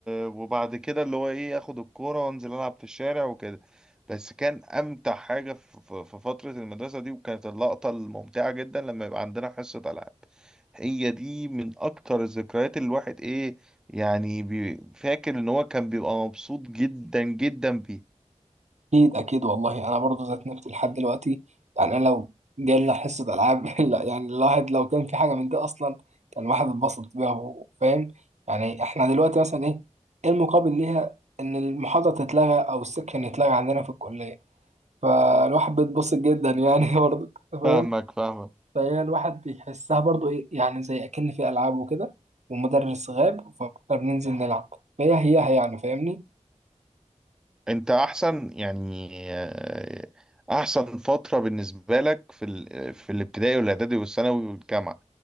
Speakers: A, in the centre; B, on the right.
A: وبعد كده اللي هو ايه اخد الكورة وانزل العب في الشارع وكده بس كان امتع حاجة في في- في فترة المدرسة دي وكانت اللقطة الممتعة جدا لما يبقى عندنا حصة العاب هي دي من اكتر الذكريات اللي الواحد ايه يعني بي... فاكر ان هو كان بيبقى مبسوط جدا جدا بيه
B: اكيد اكيد والله انا برضه ذات نفسي لحد دلوقتي يعني انا لو جالنا حصه العاب <laughs> لا يعني الواحد لو كان في حاجه من دي اصلا كان الواحد اتبسط بيها و- فاهم يعني احنا دلوقتي مثلا ايه إيه المقابل ليها ان المحاضره تتلغى او السكشن يتلغى عندنا في الكليه فالواحد بيتبسط جدا يعني <laughs> برضه فاهم
A: فاهمك فاهمك
B: فهي الواحد بيحسها برضه ايه يعني زي اكن في العاب وكده والمدرس غاب فبننزل نلعب فهي هي هي يعني فاهمني
A: انت احسن يعني آه، احسن فترة بالنسبة لك في ال... في الابتدائي والاعدادي والثانوي والجامعة